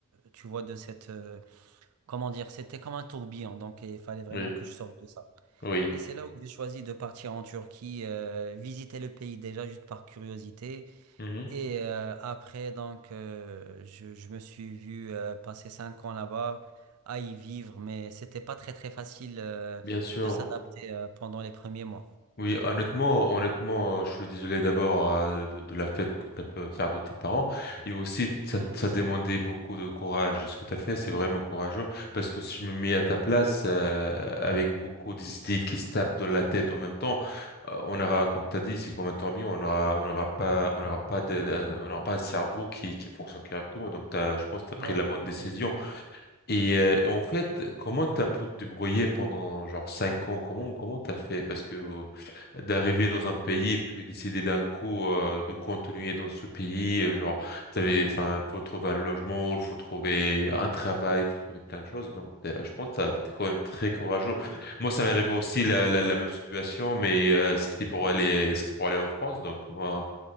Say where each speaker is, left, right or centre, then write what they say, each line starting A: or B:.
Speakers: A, on the right; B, on the left.
A: tu vois, de cette, euh, comment dire, c'était comme un tourbillon. Donc, il fallait vraiment
B: Oui,
A: que je sorte de ça.
B: oui.
A: Et c'est là où j'ai choisi de partir en Turquie, euh, visiter le pays déjà juste par curiosité.
B: Mhm,
A: Et euh, après, donc, euh, je, je me suis vu euh, passer cinq ans là-bas, à y vivre, mais c'était pas très très facile euh,
B: Bien sûr.
A: de s'adapter euh, pendant les premiers mois.
B: Oui, honnêtement, honnêtement, euh, je suis désolé d'abord euh, de, de la fête que tu as pu faire de tes parents. Et aussi, ça,
A: Merci.
B: ça demandait beaucoup de courage. Ce que tu as fait, c'est vraiment courageux. Parce que si je me mets à ta place, euh, avec beaucoup d'idées qui se tapent dans la tête en même temps, euh, on aura, comme tu as dit, c'est comme un tourbillon, on aura, on aura pas, on aura pas de, de- on aura pas un cerveau qui, qui fonctionne correctement. Donc, t'as, je pense que tu as
A: Ouais,
B: pris la bonne
A: exactement.
B: décision. Et euh, en fait, comment t'as pu te débrouiller pendant genre cinq ans? Comment comment t'as fait? Parce que euh, d'arriver dans un pays et puis décider d'un coup euh, de continuer dans ce pays, euh, genre t'avais, enfin, faut trouver un logement, il faut trouver un travail, faut trouver plein de choses. Donc, euh, je pense que t'as- t'es quand même très courageux. Moi, ça m'est arrivé aussi la, la, la même situation, mais euh, c'était pour aller c'était pour aller en France. Donc moi.